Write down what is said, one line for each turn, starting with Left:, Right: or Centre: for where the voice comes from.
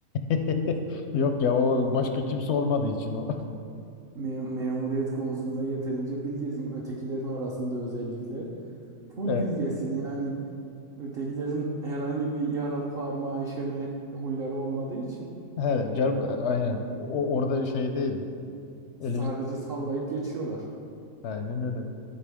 Left: <laughs> Yok ya o başka kimse olmadığı için o.
Right: Me- memuriyet konusunda yeterince bilgesin. Ötekilerin arasında özellikle
Left: <laughs>
Right: full
Left: E,
Right: bilgesin yani ötekilerin herhangi bir yaralı parmağı işeme huyları olmadığı için
Left: He, Cer- aynen. O orada şey değil. Elimiz
Right: sadece sallayıp geçiyorlar.
Left: Aynen öyle.